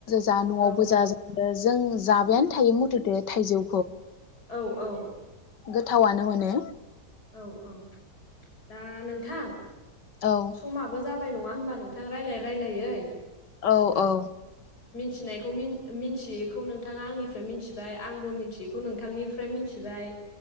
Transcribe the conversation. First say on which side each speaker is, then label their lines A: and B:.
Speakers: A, on the left; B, on the left.
A: जा न'आवबो
B: औ
A: जाजायो। जों जाबायानो थायो मथ'थे थाइजौ
B: औ औ
A: गोथावानो मोनो।
B: औ औ दा नोंथां
A: औ
B: समाबो जा बाय नङा होमबा नोंथां रायलाय रायलायै।
A: औ औ।
B: थिनायखौ मिन मिनथियैखौ नोंथाङा आंनिफ्राय मिनथिबाय। आंबो मिनथियैखौ नोंथांनिफ्राय मिनथिबाय।